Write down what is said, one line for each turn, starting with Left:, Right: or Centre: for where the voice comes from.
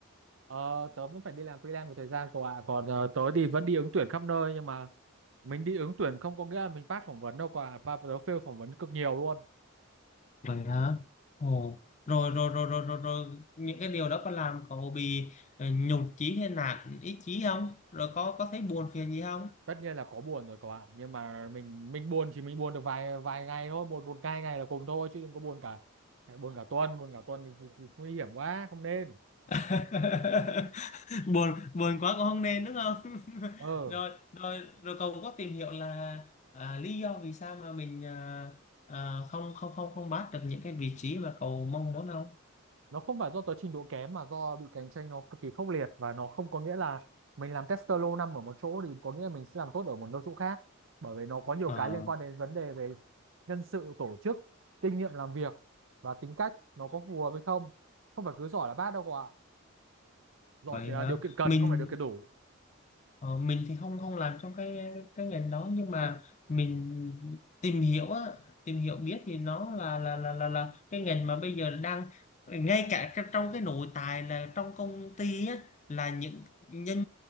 Right: ờ, tớ vẫn phải đi làm freelance một thời gian cậu ạ còn ờ, tớ thì vẫn đi ứng tuyển khắp nơi nhưng mà mình đi ứng tuyển không có nghĩa là mình pass phỏng vấn đâu cậu ạ và tớ fail phỏng vấn cực nhiều luôn
Left: Vậy hả? Ồ, rồi rồi rồi rồi rồi rồi những cái điều đó có làm cậu bị ờ, nhụt chí hay nản ý chí không? Rồi có có thấy buồn phiền gì không?
Right: tất nhiên là có buồn rồi cậu ạ nhưng mà mình mình buồn chỉ mình buồn được vài vài ngày thôi một một hai ngày là cùng thôi chứ đừng có buồn cả buồn cả tuần buồn cả tuần thì, thì, thì nguy hiểm quá không nên
Left: <laughs> buồn buồn quá cũng không nên đúng không <laughs>
Right: ờ
Left: rồi rồi rồi cậu có tìm hiểu là à, lý do vì sao mà mình à, à, không không không không bắt được những cái vị trí mà cậu mong muốn không
Right: nó không phải do tới trình độ kém mà do bị cạnh tranh nó cực kỳ khốc liệt và nó không có nghĩa là mình làm tester lâu năm ở một chỗ thì có nghĩa là mình sẽ làm tốt ở một nơi chỗ khác bởi vì nó có nhiều
Left: Ờ,
Right: cái liên quan đến vấn đề về nhân sự tổ chức kinh nghiệm làm việc và tính cách nó có phù hợp hay không không phải cứ giỏi là bác đâu cậu ạ giỏi
Left: vậy
Right: chỉ là
Left: hả
Right: điều kiện cần
Left: mình
Right: không phải điều kiện đủ
Left: Ờ, mình thì không không làm trong cái cái ngành đó nhưng mà mình tìm hiểu á, tìm hiểu biết thì nó là là là là là cái ngành mà bây giờ đang ngay cả cái- trong cái nội tài là trong công ty á là những nhân